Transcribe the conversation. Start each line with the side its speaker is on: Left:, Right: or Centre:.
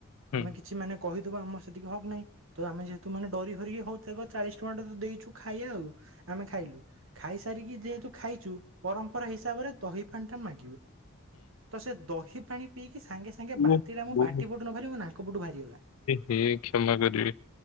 Left: ହୁଁ
Right: ଆମେ କିଛି ମାନେ କହିଦବୁ ଆମର ସେତିକି ହକ୍ ନାହିଁ। ତ ଆମେ ଯେହେତୁ ମାନେ ଡରି ହରିକି ହଉଥକ ଚାଳିଶ ଟଙ୍କା ଟା ତ ଦେଇଛୁ ଖାଇବା ଆଉ। ଆମେ ଖାଇଲୁ ଖାଇସାରିକି ଯେହେତୁ ଖାଇଛୁ ପରମ୍ପରା ହିସାବରେ। ଦହି ପାଣି ଟା ମାଗିବୁ ତ ସେ ଦହି ପାଣି ପିଇକି ସାଙ୍ଗେ ସାଙ୍ଗେ
Left: ହୁଁ
Right: ବାନ୍ତି ଟା ମୋ
Left: ଓ
Right: ପାଟି।
Left: ଓ
Right: ପାଟି ପଟୁ ନବାହାରି ମୋ ନାକ ପଟୁ ଭାରିଗଲା।
Left: ହେ କ୍ଷମା କରିବେ